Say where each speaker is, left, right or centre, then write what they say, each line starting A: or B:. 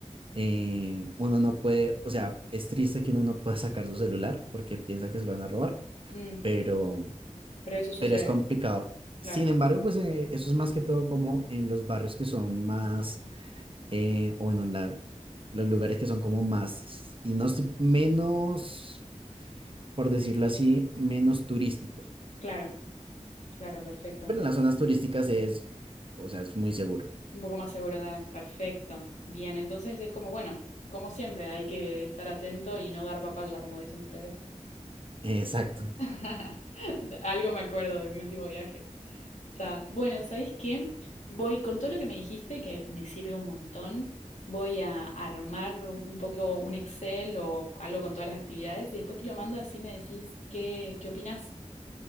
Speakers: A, on the right; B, on the left.
A: eh, uno no puede, o sea, es triste que uno no pueda sacar su celular porque piensa que se lo van a robar,
B: Mm,
A: pero...
B: pero eso sucede,
A: pero es complicado.
B: claro.
A: Sin embargo, pues eh, eso es más que todo como en los barrios que son más, eh, o bueno, en la- los lugares que son como más, y no sé, menos, por decirlo así, menos turísticos.
B: Claro, claro, perfecto.
A: Pero en las zonas turísticas es, o sea, es muy seguro.
B: Un poco más segura, perfecto. Bien, entonces es como, bueno, como siempre, hay que estar atento y no dar papaya, como dicen ustedes.
A: Exacto.
B: <laughs> Algo me acuerdo de mi último viaje. Está. Bueno, ¿sabéis qué? Voy con todo lo que me dijiste, que me sirve un montón. Voy a armar un poco un Excel o algo con todas las actividades y después te lo mando así me decís qué, qué opinas.